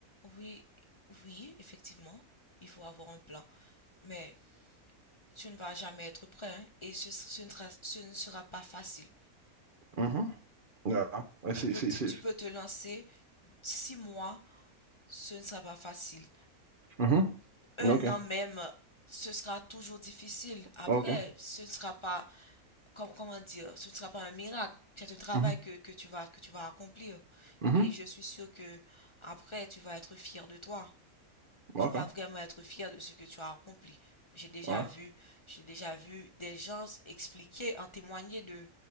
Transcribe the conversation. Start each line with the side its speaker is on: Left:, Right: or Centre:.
Left: Oui, oui, effectivement, il faut avoir un plan. Mais tu ne vas jamais être prêt, hein, et ce, ce ne sera, ce ne sera pas facile.
Right: Mhm. Yeah. I
Left: Tu
Right: see,
Left: peux
Right: see,
Left: te,
Right: see.
Left: tu peux te lancer six mois, ce ne sera pas facile.
Right: Mm-hmm.
Left: Un
Right: Okay.
Left: an même, ce sera toujours difficile. Après,
Right: Okay.
Left: ce ne sera pas, com- comment dire, ce ne sera pas un miracle, c'est un travail
Right: Mm-hmm.
Left: que, que tu vas, que tu vas accomplir.
Right: Mm-hmm.
Left: Et je suis sûre que après, tu vas être fier de toi.
Right: Okay.
Left: Tu vas vraiment être fier de ce que tu as accompli. J'ai déjà
Right: Ouais.
Left: vu, j'ai déjà vu des gens expliquer, en témoigner de,